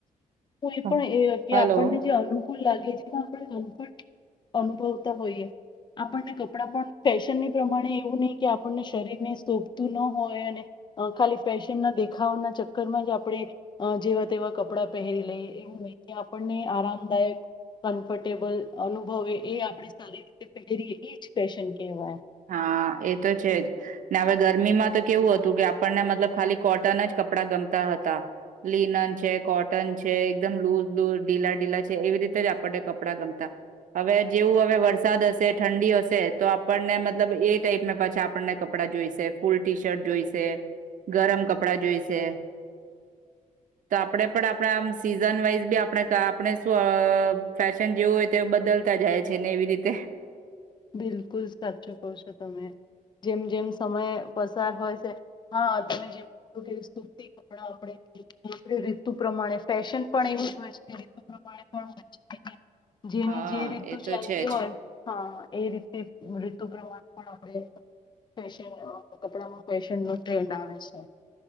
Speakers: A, on the left; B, on the right.
A: કોઈ
B: હ-
A: પણ એ કે
B: હલો.
A: આપણને જે અનુ લાગે જેમા આપ કમફટ અનુભવતા હોઈએ, આપણને કપડા પણ ફેશનની પ્રમાણે, એવું નહી કે આપણને શરીરને સોભતું ન હોય અને ખાલી ફેશન ના દેખ દખાવના ચક્કરમાં જ આપણે જેવા તેવા કપડાં પહેરી લઈએ, એવું નહિ, આપણને આરામદાયક કમ્ફર્ટેબલ અનુભવે એ આપણે સારી રીતે પહેરીએ, એ જ ફેશન કહેવાય.
B: હા, એ તો છે જ. ને હવે ગરમીમાં તો કેવું હતું કે આપણને મતલબ ખાલી કોટન જ કપડાં ગમતા હતા, લિનન છે, કોટન છે એકદમ લૂઝ લૂઝ ઢીલા ઢીલા છે એવી રીતે જ આપણને કપડાં ગમતા હવે જેવું હવે વરસાદ હસે, ઠંડી હસે તો આપણને મતલબ એ ટાઈપ પાછા આપણને કપડાં જોઈસે, ફૂલ ટી શર્ટ જોઈસે, ગરમ કપડાં જોઈસે તો આપડે પણ આપડા આમ, સીઝ ઝન વાઈઝ બી આપણે, આપણે, સુ, અ ફેશન જેવું હોય, તે બદલતા જાય છે ને એવી રીતે
A: બિલકુલ સાચું કહો છો તમે, જેમ જેમ સમય પસાર હોય છે, હા, તમે જેમ કીધું કે સુતી કપડા આપણે, મોસ્ટલી રિતુ પ્રમાણે, ફેશન પણ એવું જ હોય છે પ્રમાણે જેની
B: હા
A: જે રીતુ
B: એ તો
A: ચાલતી
B: છે જ
A: હોય, હા. એ રીતે રિતુ પ્રમાણે પણ આપણે, ફેશન, કપડામાં ફેશન નો ટ્રેન્ડ આવે છે.